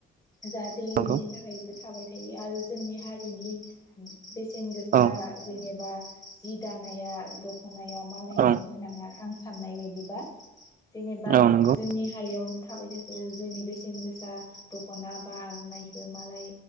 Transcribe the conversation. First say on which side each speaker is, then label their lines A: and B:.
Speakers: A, on the left (about 20°); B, on the right (about 45°).
A: जाहाथे इयुननि
B: नंगौ
A: थाखायबो थाबाय थ <unintelligible> आरो जोंनि हारिनि‌। बेसेन गोसा
B: औ
A: जेनेबा। जि दानाया दख खनाया मालायनो
B: औ
A: होनाङा आं साननाय बायदिबा‌। जेनेबा
B: औ नंगौ
A: जोंनि हारियावन थाबाय थों। जोनि बेसेन गोसा दख'ना बा आर'नाइखो मालाय